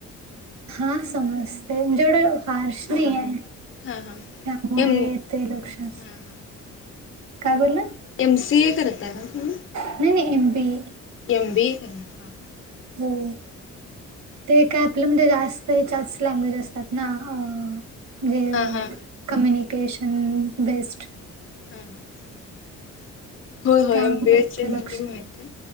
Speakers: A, on the right; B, on the left.
A: हा समजते जेवढं फार्श नाही आहे
B: हां हां
A: त्यामुळे
B: एम
A: येते लक्षास
B: हा हा
A: काय बोललं?
B: एम सी ए करताय ना तुम्ही?
A: नाही नाही M B A.
B: M B A करणार हा.
A: हो. ते काय आपलं म्हणजे जास्त हेच्याच लँग्वेज असतात ना अ जे
B: हां हां
A: कम्युनिकेशन बेस्ट
B: हां मग. होय होय
A: त्यामुळे
B: एम बी ए चे
A: ते
B: म्हणजे
A: लक्षात
B: माहतीय